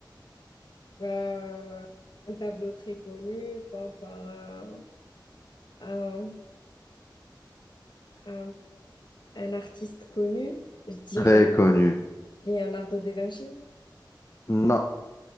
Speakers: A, on the left (about 70°); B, on the left (about 35°).
A: Euh, un tableau très connu, peint par un, un- un- un artiste connu, je dirais
B: Ah, très connu.
A: Leonardo da Vinci.
B: Non,